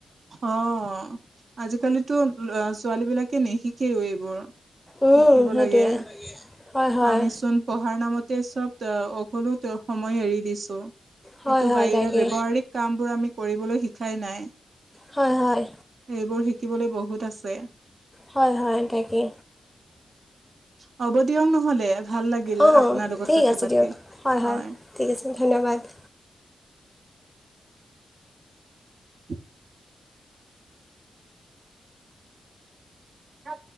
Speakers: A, on the right; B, in the centre.
A: অহ আজিকালিতো ল'ৰা - ছোৱালীবিলাকে নিশিকেও এইবোৰ। শিকিব
B: উম, সেইটোৱে
A: লাগে।
B: হয় হয়
A: আমিচোন পঢ়াৰ নামতেই চব- এ সকলো তেওঁক সময় এৰি দিছো।
B: হয়
A: কিন্তু
B: হয়
A: বাহিৰা
B: তাকে
A: ব্যৱহাৰিক কামবোৰ আমি কৰিবলৈ শিকাই নাই।
B: হয় হয়
A: এইবোৰ শিকিবলৈ বহুত আছে।
B: হয়-হয় তাকে।
A: হবো দিয়ক নহলে ভাল লাগিল
B: অঁ
A: আপোনাৰ লগত
B: ঠিক
A: কথা
B: আছে
A: পাতি
B: দিয়ক
A: হয়।
B: ঠিক আছে ধন্যবাদ
A: <inaudible> অ'।